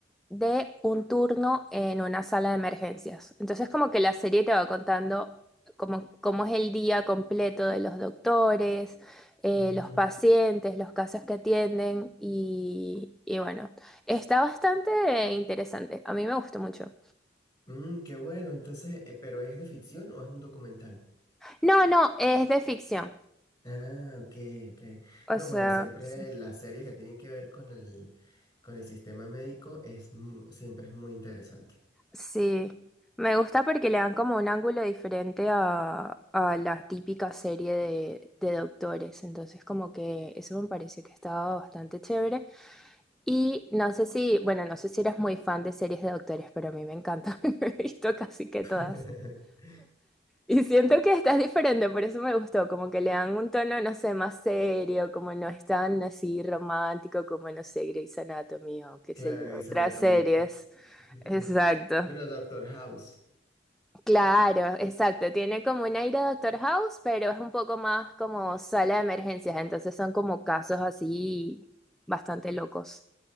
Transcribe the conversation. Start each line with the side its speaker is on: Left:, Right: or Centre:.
Centre: de un turno en una sala de emergencias. Entonces como que la serie te va contando cómo, cómo es el día completo de los doctores, eh,
Left: Ujú.
Centre: los pacientes, los casos que atienden. Y, y bueno, está bastante interesante. A mí me gustó mucho.
Left: Mm, qué bueno, entonces, eh, ¿pero es de ficción o es un documental?
Centre: No, no, es de ficción.
Left: Ah, ok, ok.
Centre: O
Left: No,
Centre: sea,
Left: bueno, siempre
Centre: Sí.
Left: las series que tienen que ver con el, con el sistema médico es mu- siempre es muy interesante.
Centre: sí. Me gusta porque le dan como un ángulo diferente a, a la típica serie de, de doctores. Entonces, como que eso me pareció que estaba bastante chévere. Y no sé si, bueno, no sé si eres muy fan de series de doctores, pero a mí me encanta. <laughs> He visto casi que
Left: <laughs>
Centre: todas. Y siento que estás diferente, por eso me gustó. Como que le dan un tono, no sé, más serio, como no es tan así romántico como, no sé, Grey's Anatomy o qué
Left: Claro,
Centre: sé yo,
Left: Grey's
Centre: otras
Left: Anatomy.
Centre: series.
Left: <laughs>
Centre: Exacto.
Left: Bueno, Doctor House.
Centre: Claro, exacto. Tiene como un aire de Doctor House, pero es un poco más como sala de emergencias. Entonces son como casos así bastante locos.